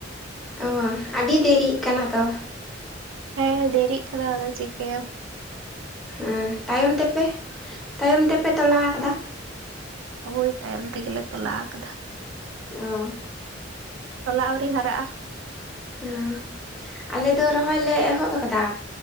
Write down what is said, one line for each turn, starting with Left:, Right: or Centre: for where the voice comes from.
Centre: ᱚᱻ ᱟᱹᱰᱤ ᱫᱮᱨᱤᱜ ᱠᱟᱱᱟ ᱛᱚ ᱾
Right: ᱦᱮᱸ ᱫᱮᱨᱤᱜ ᱠᱟᱱᱟ ᱟᱫᱚ ᱪᱤᱠᱟᱹᱭᱟᱢ ᱾
Centre: ᱦᱮᱸ ᱛᱟᱭᱚᱢ ᱛᱮᱯᱮ ᱛᱟᱭᱚᱢ ᱛᱮᱯᱮ ᱛᱚᱞᱟ ᱠᱟᱫᱟ ᱾
Right: ᱦᱳᱭ ᱛᱟᱭᱚᱢ ᱛᱮᱜᱮ ᱞᱮ ᱛᱚᱞᱟ ᱟᱠᱟᱫᱟ ᱾
Centre: ᱚ ᱾
Right: ᱛᱚᱞᱟ ᱟᱹᱣᱨᱤ ᱦᱟᱨᱟᱜ-ᱟ ᱾
Centre: ᱦᱩᱸ ᱾ ᱟᱞᱮ ᱫᱚ ᱨᱚᱦᱚᱭ ᱞᱮ ᱮᱦᱚᱵ ᱠᱟᱫᱟ